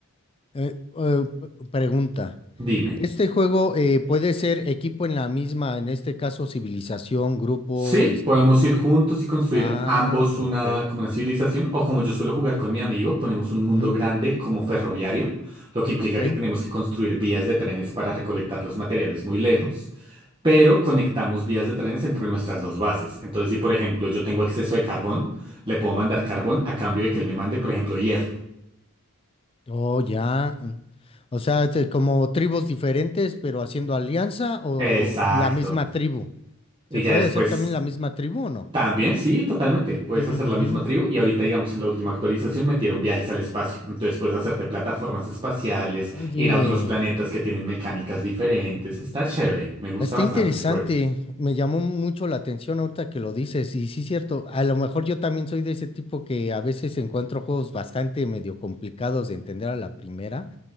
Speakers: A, on the left (about 25°); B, on the right (about 20°).
A: eh, eh, p- pregunta.
B: Dime.
A: ¿Este juego eh, puede ser equipo en la misma, en este caso civilización, grupo,
B: Sí,
A: este?
B: podemos ir juntos y construir
A: Ah,
B: ambos
A: perfecto.
B: una, como una civilización, o como yo suelo jugar con mi amigo, ponemos un mundo
A: Ujú,
B: grande como ferroviario, lo que implica
A: Ok.
B: que tenemos que construir vías de trenes para recolectar los materiales muy lejos, pero conectamos vías de trenes entre nuestras dos bases. Entonces, si por ejemplo yo tengo exceso de carbón, le puedo mandar carbón a cambio de que él me mande, por ejemplo, hierro.
A: Oh, ya. mm. O sea, este, como tribus diferentes, pero haciendo alianza o
B: Exacto.
A: la misma tribu.
B: Y
A: ¿Se
B: ya
A: puede
B: después
A: hacer también la misma tribu o no?
B: También, sí, totalmente. Puedes
A: Ujujú.
B: hacer la misma tribu y ahorita, digamos, en la última actualización metieron viajes al espacio. Entonces puedes hacerte plataformas espaciales,
A: Oye.
B: ir a otros planetas que tienen mecánicas diferentes. Está chévere. Me gusta
A: Está
B: bastante
A: interesante,
B: ese juego.
A: me llamó mucho la atención ahorita que lo dices, y sí es cierto, a lo mejor yo también soy de ese tipo que a veces encuentro juegos bastante medio complicados de entender a la primera,